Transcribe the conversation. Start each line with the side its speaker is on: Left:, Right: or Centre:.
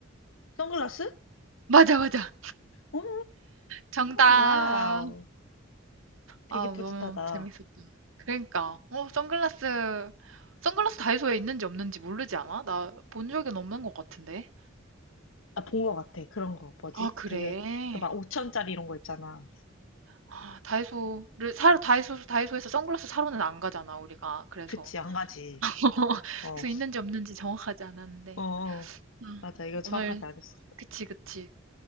Left: 선글라스?
Right: <laughs> 맞아, 맞아.
Left: 오,
Right: 정답.
Left: 와우. 되게
Right: 아,
Left: 뿌듯하다.
Right: 너무 재밌었다. 그러니까, 어, 선글라스, 선글라스 다이소에 있는지 없는지 모르지 않아? 나 본 적은 없는 것 같은데.
Left: 아, 본 것 같아. 그런 거. 뭐지?
Right: 아 그래?
Left: 되게, 그 막 5천짜리 이런 거 있잖아.
Right: 아 다이소를 사러 다이소 다이소에서 선글라스 사러는 안 가잖아, 우리가. 그래서.
Left: 그치, 안 가지.
Right: <laughs>
Left: 어,
Right: 그래서 있는지 없는지 정확하지 않았는데.
Left: 어, 어.
Right: 음.
Left: 맞아. 이거 정확하지
Right: 오늘
Left: 않았어.
Right: 그치 그치.